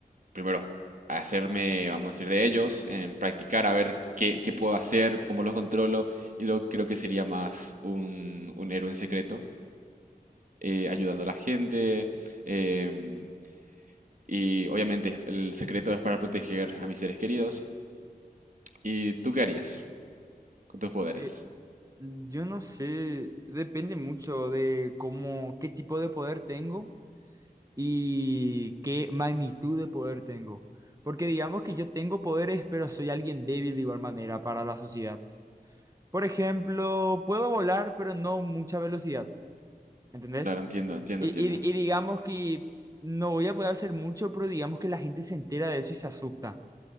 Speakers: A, on the right; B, on the right.
A: primero, hacerme, vamos a decir, de ellos, en practicar a ver qué, qué puedo hacer, cómo los controlo, y luego creo que sería más un, un héroe en secreto, eh, ayudando a la gente, em, y obviamente el secreto es para proteger a mis seres queridos. ¿Y tú qué harías con tus poderes?
B: Eh, yo no sé, depende mucho de cómo, qué tipo de poder tengo y qué magnitud de poder tengo. Porque digamos que yo tengo poderes, pero soy alguien débil de igual manera para la sociedad. Por ejemplo, puedo volar, pero no mucha velocidad, ¿entendés?
A: Claro, entiendo, entiendo,
B: Y,
A: entiendo.
B: y- y digamos que no voy a poder hacer mucho, pero digamos que la gente se entera de eso y se asusta.